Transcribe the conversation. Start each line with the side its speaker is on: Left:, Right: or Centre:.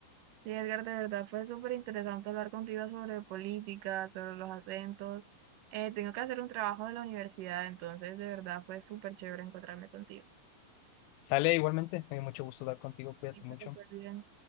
Right: Sí, Edgar, de verdad fue súper interesante hablar contigo sobre política, sobre los acentos, Eh, tengo que hacer un trabajo de la universidad, entonces de verdad fue súper chévere encontrarme contigo.
Left: Sale igualmente, me dio mucho gusto hablar contigo, cuídate
Right: Ahí está,
Left: mucho.
Right: Que te bien.